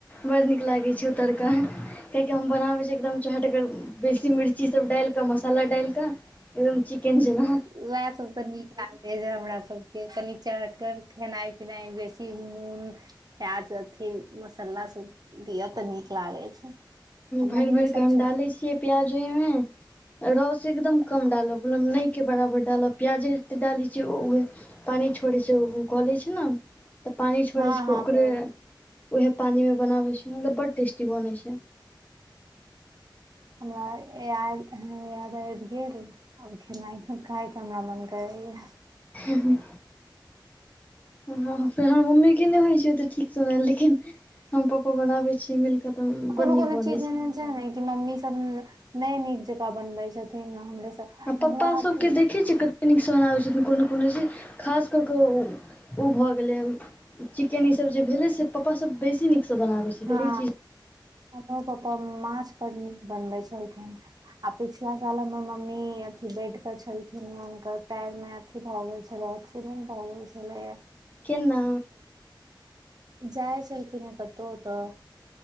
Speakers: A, on the left (about 20°); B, on the right (about 55°).
A: बड़ नीक लागे छै तरका कियाकि हम बनाबै छी एकदम चहटगर बेसी मिर्चा चीज सब डालिकऽ मसाला डालिकऽ एकदम चिकेन जेना
B: उएहसभ तऽ नीक लागैत जे हमरा सभके कनि चहटगर खेनाइ पिनाइ बेसी नुन प्याज अथी मसाला सब दिअ तऽ नीक लागे छै आ
A: भरि
B: मम्मी
A: भरि
B: सब
A: कऽ हम
B: छथिन
A: डालै छियै प्याज ओहिमे रस एकदम कम डालब मतलब नहिके बराबर डालब प्याजे जते डालैत छियैह पानि छोड़ै छै कऽ लै छै ने तऽ पानि छोड़ै
B: हँ
A: छै
B: हँ
A: ओकरे
B: प्याज
A: उएह पानी मे बनावे छै मतलब बड टेस्टी बनै छै
B: हमरा याद आब आबि गेल आब खेनाइ खायके हमरा मन करैएा
A: ह फेर हमर मम्मी के नहि होइ छै ओते ठीक स बनेल लेकिन हम पप्पा बनाबे छीय मिल क तऽ
B: कोनो
A: बड
B: कोनो
A: नीक बनै
B: चीज एहन
A: छै
B: ने कि मम्मी सब नय नीक जकाँ बनबै छथिन हमरे सब
A: आ
B: हमरो
A: पप्पा
B: हाथके
A: सभके देखै कते नीकसँ बनाबै छथिन कोनो कोनो खास क ओ भऽ गेलै चिकेन ई सब जे भेलै से पापा सब बेसी नीकसँ बनाबै छै
B: हँ
A: तऽ ई चीज
B: हमरो पापा माछ बर नीक बनबै छलखिन आ पिछला साल हमर मम्मी अथी बेड पर छलखिन हे हुनकर पैर में भ गेल छलै एक्सीडेंट भ गेल छलै
A: केना
B: जाइ छलखिन हे कतहु तऽ